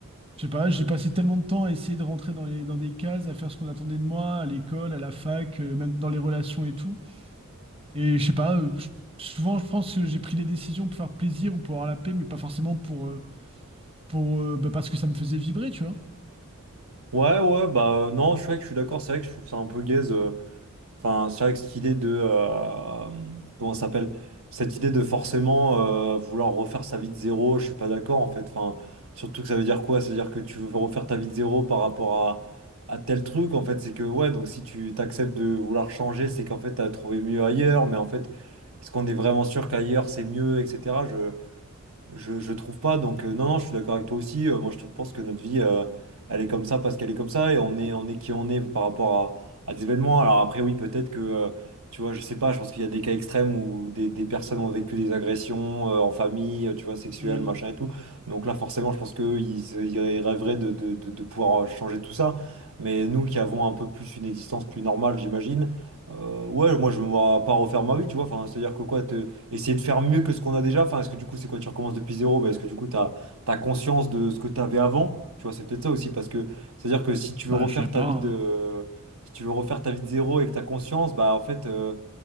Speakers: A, on the right; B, on the right.
A: Je sais pas, j'ai passé tellement de temps à essayer de rentrer dans les, dans des cases, à faire ce qu'on attendait de moi, à l'école, à la fac, euh, même dans les relations et tout. Et je sais pas, euh, je- souvent je pense que j'ai pris les décisions pour faire plaisir ou pour avoir la paix, mais pas forcément pour, euh, pour, euh, bah, parce que ça me faisait vibrer, tu vois.
B: Ouais, ouais, bah euh, non, je suis vrai que je suis d'accord, c'est vrai que je trouve ça un peu gaze. euh, Enfin, c'est vrai que cette idée de. euh, comment ça s'appelle? Cette idée de forcément euh, vouloir refaire sa vie de zéro, je suis pas d'accord en fait. Enfin, surtout que ça veut dire quoi? Ça veut dire que tu veux refaire ta vie de zéro par rapport à, à tel truc en fait. C'est que ouais, donc si tu t'acceptes de vouloir changer, c'est qu'en fait t'as trouvé mieux ailleurs, mais en fait, est-ce qu'on est vraiment sûr qu'ailleurs c'est mieux, etc. Je, je trouve pas, donc euh, non, non, je suis d'accord avec toi aussi. Euh, moi, je trouve- pense que notre vie, euh, elle est comme ça parce qu'elle est comme ça et on est, on est qui on est par rapport à, à des événements. Alors après, oui, peut-être que, euh, tu vois, je sais pas, je pense qu'il y a des cas extrêmes où des, des personnes ont vécu des agressions euh, en famille, euh, tu vois, sexuelles,
A: Hmm.
B: machin et tout. Donc là, forcément, je pense qu'eux, ils, se- ils rêveraient de, de, de, de pouvoir euh, changer tout ça. Mais nous qui avons un peu plus une existence plus normale, j'imagine, euh, ouais, moi, je me vois pas refaire ma vie, tu vois. Enfin, c'est-à-dire que quoi, te essayer de faire mieux que ce qu'on a déjà? Enfin, est-ce que du coup, c'est quoi, tu recommences depuis zéro, mais est-ce que du coup, tu as, conscience de ce que tu avais avant? Tu vois, c'est peut-être ça aussi, parce que c'est-à-dire que si tu
A: Bah,
B: veux refaire
A: je sais
B: ta
A: pas.
B: vie
A: hein.
B: de, si tu veux refaire ta vie de zéro et que tu as conscience, bah en fait, euh,